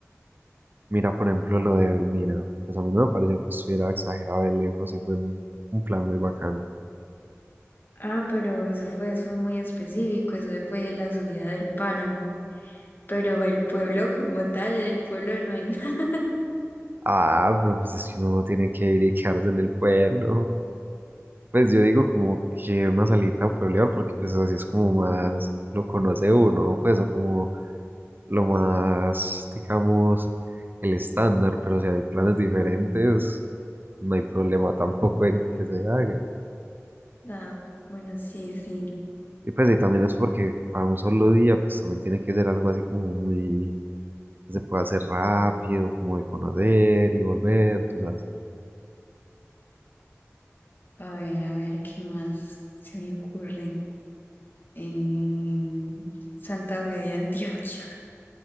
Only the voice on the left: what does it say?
Ah, pero eso fue fue muy específico, eso fue la subida del páramo. Pero el pueblo como tal, el pueblo no hay <laughs>
nada. Bueno, sí, sí.
A ver, a ver, ¿qué más se me ocurre? En Santa Fe de Antioquia.